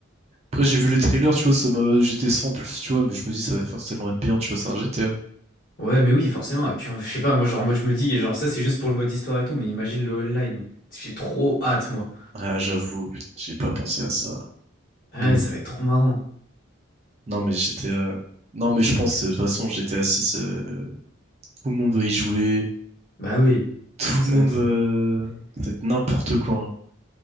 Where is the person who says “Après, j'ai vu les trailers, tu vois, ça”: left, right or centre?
Right